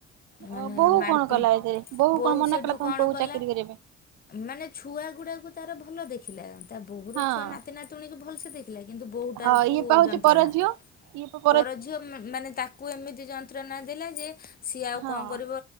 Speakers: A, on the left; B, on the right.
A: ମାନେ
B: ବୋହୂ
A: ମାଡ଼ପିଟ
B: କଣ କଲା ଏଥିରେ ବୋହୂ
A: ବୋହୁ
B: କଣ ମନା
A: ସେଠୁ
B: କଲା ତମ
A: କଣ
B: ପୁଅକୁ
A: କଲା
B: ଚାକିରି କରିବା
A: ମାନେ ଛୁଆ ଗୁଡାକୁ ତାର ଭଲ ଦେଖିଲା ତା ବୋହୁର
B: ପାଇଁ
A: ଛୁଆ ନାତି ନାତିୁଣୀ କୁ ଭଲ ସେ ଦେଖ ଥିଲା କିନ୍ତୁ ବହୁଟାର
B: ହଁ ହଁ
A: କୁ
B: ଇଏ ପା ହଉଛି
A: ଯନ୍ତ୍ରଣା
B: ପର ଝିଅ ଇଏ ପା
A: ପର ଝିଅ ମାନେ ତାକୁ ଏମିତି ଯନ୍ତ୍ରଣା ଦେଲା ଯେ ସିଏ ଆଉ
B: ହଁ
A: କଣ କରିବ